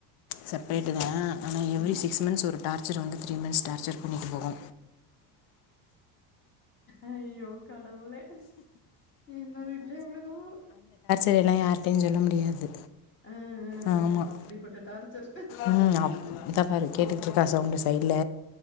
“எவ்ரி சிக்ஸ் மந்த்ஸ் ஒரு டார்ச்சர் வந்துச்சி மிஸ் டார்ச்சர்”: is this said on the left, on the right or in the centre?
Left